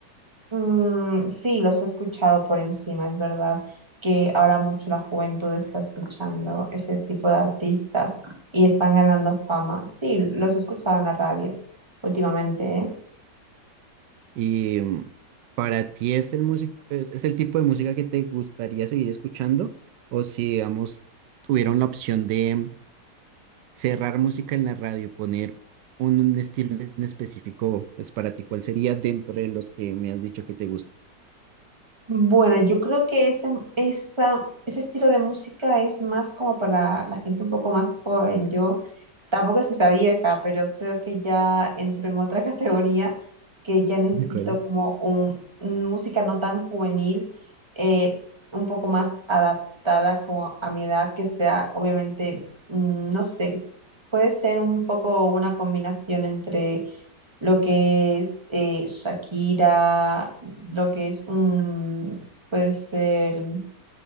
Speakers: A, on the right; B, on the right.
A: Mm, sí, los he escuchado por encima, es verdad que ahora mucho la juventud está escuchando ese tipo de artistas y están ganando fama. Sí, los he escuchado en la radio últimamente, ¿eh?
B: Y mm, para ti es el músico, es, es el tipo de música que te gustaría seguir escuchando, o si, digamos, tuvieron la opción de mm, cerrar música en la radio y poner un, un estilo en específico, pues para ti, ¿cuál sería dentro de los que me has dicho que te gusta?
A: Bueno, yo creo que ese, esa, ese estilo de música es más como para la gente un poco más joven. Yo tampoco es que sea vieja, pero creo que ya entro en otra <laughs> categoría que ya necesito
B: ¿De acuerdo?
A: como un, un música no tan juvenil, eh, un poco más adaptada como a mi edad, que sea obviamente, mm, no sé, puede ser un poco una combinación entre lo que es eh, Shakira, lo que es un, puede ser,